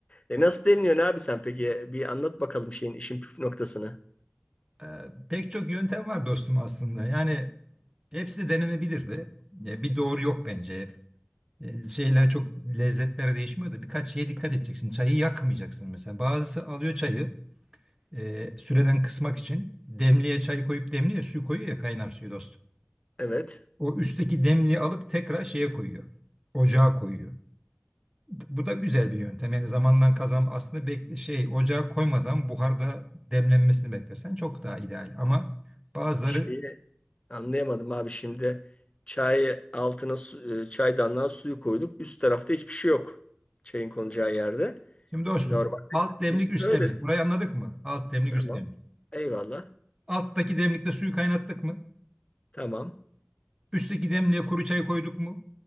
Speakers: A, on the left; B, on the right.
A: E nasıl demliyorsun abi sen peki? Bir anlat bakalım şeyin işin püf noktasını.
B: Ee, pek çok yöntem var dostum aslında. Yani hepsi de denenebilirdi. Ya bir doğru yok bence. Ee, şeyler çok lezzetler değişmiyor da birkaç şeye dikkat edeceksin. Çayı yakmayacaksın mesela. Bazısı alıyor çayı. e, süreden kısmak için demliğe çay koyup demliğe su koyuyor ya kaynar suyu dostum.
A: Evet.
B: O üstteki demliği alıp tekrar şeye koyuyor. Ocağa koyuyor. Bu da güzel bir yöntem. Yani zamandan kazan aslında bek şey ocağa koymadan buharda demlenmesini beklersen çok daha ideal. Ama bazıları
A: Şeyi anlayamadım abi şimdi. Çayı altına su, e, çaydanlığa suyu koyduk. Üst tarafta hiçbir şey yok. Çayın konacağı yerde.
B: şimdi dostum
A: Normal.
B: alt demlik
A: Biz
B: üst
A: öyle.
B: demlik. Burayı anladık mı? Alt demlik
A: Tamam.
B: üst demlik.
A: Eyvallah.
B: Alttaki demlikte suyu kaynattık mı?
A: Tamam.
B: Üstteki demliğe kuru çay koyduk mu?